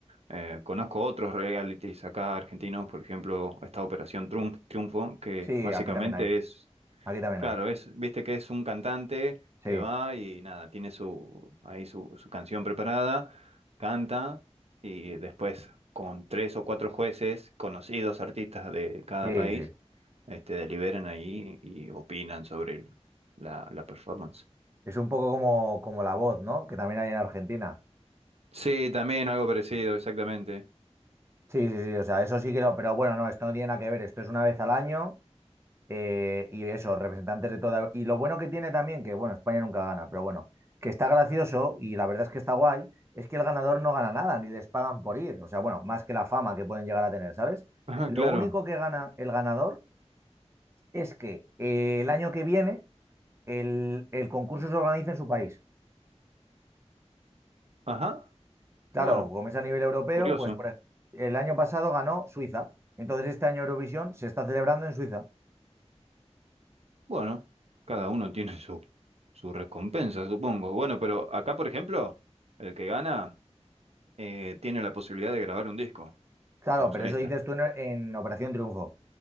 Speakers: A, on the right; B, on the right.
A: Eh, conozco otros realities acá argentinos, por ejemplo, esta Operación Triunf- Triunfo, que
B: Sí,
A: básicamente
B: aquí también hay.
A: es
B: Aquí también
A: Claro,
B: hay.
A: es, viste que es un cantante
B: Sí,
A: que va y nada, tiene su, ahí su, su canción preparada, canta y después con tres o cuatro jueces, conocidos artistas de cada
B: sí,
A: país,
B: sí.
A: este, deliberan ahí y opinan sobre el- la, la performance.
B: Es un poco como, como La Voz, ¿no? Que también hay en Argentina.
A: Sí, también algo parecido, exactamente.
B: Sí, sí, sí. O sea, eso sí que lo. Pero bueno, no, esto no tiene nada que ver. Esto es una vez al año Eh, y eso, representantes de toda... Y lo bueno que tiene también, que bueno, España nunca gana, pero bueno, que está gracioso y la verdad es que está guay, es que el ganador no gana nada, ni les pagan por ir. O sea, bueno, más que la fama que pueden llegar a tener, ¿sabes?
A: Ajá,
B: Lo
A: claro.
B: único que gana el ganador es que eh, el año que viene el, el concurso se organiza en su país.
A: Ajá,
B: Claro,
A: bueno,
B: como es a nivel europeo,
A: curioso.
B: pues por ej- el año pasado ganó Suiza. Entonces este año Eurovisión se está celebrando en Suiza.
A: Bueno, cada uno tiene su, su recompensa, supongo. Bueno, pero acá, por ejemplo, el que gana... eh, tiene la posibilidad de grabar un disco
B: Claro,
A: como
B: pero
A: solista.
B: eso dices tú en en Operación Triunfo.